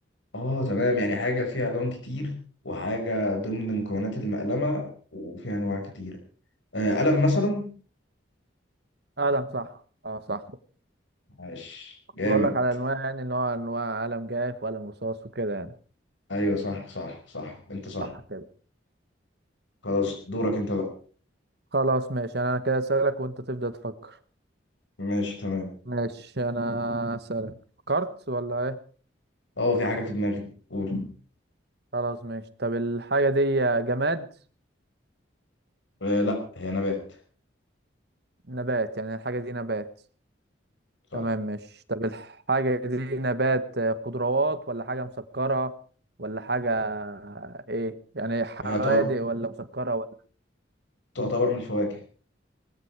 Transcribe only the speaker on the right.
قلم صح اه صح
بقول لك على أنواع يعني إن هو أنواع قلم جاف وقلم رصاص وكده يعني
صح كده
خلاص ماشي يعني أنا كده أسألك وأنت تبدأ تفكر
ماشي انا اسالك فكرت ولا ايه
خلاص ماشي طب الحاجه دي جماد
نبات يعني الحاجه دي نبات
تمام ماشي طب الحاجه دي نبات آه، خضروات ولا حاجه مسكره ولا حاجه آه، ايه يعني حوادق
ولا مسكره ولا